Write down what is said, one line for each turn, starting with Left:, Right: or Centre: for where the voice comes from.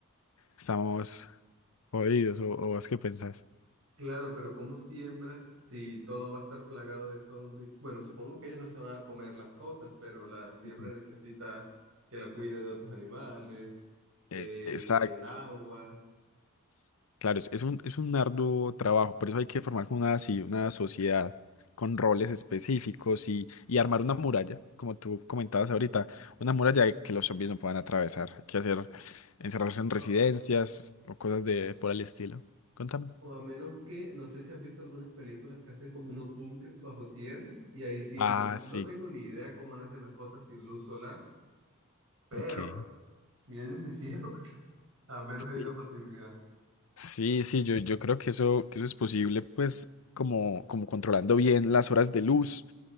Left: estamos jodidos, o, o vos qué pensás.
Right: Claro, pero ¿cómo siembras si todo va a estar plagado de zombies? Bueno, supongo que ellos no se van a comer las cosas, pero la siembra
Left: Ujú.
Right: necesita que la cuides de otros animales, eh,
Left: Eh, Exacto.
Right: que el agua,
Left: Claro, es, es un, es un arduo trabajo, por eso hay que formar como una, así, una sociedad con roles específicos y, y armar una muralla, como tú comentabas ahorita, una muralla que los zombies no puedan atravesar. Hay que hacer encerrarse en residencias
Right: o
Left: o cosas de por el estilo. Contame.
Right: o a menos que, no sé si has visto algunas películas que hacen como unos búnkers bajo tierra y ahí siembran.
Left: Ah,
Right: No
Left: sí.
Right: tengo ni idea cómo nacen las cosas sin luz solar, pero
Left: Ok.
Right: si ellos lo hicieron, <laughs> al menos hay
Left: Sí,
Right: una posibilidad.
Left: sí, sí, yo, yo creo que eso, que eso es posible, pues, como, como controlando bien las horas de luz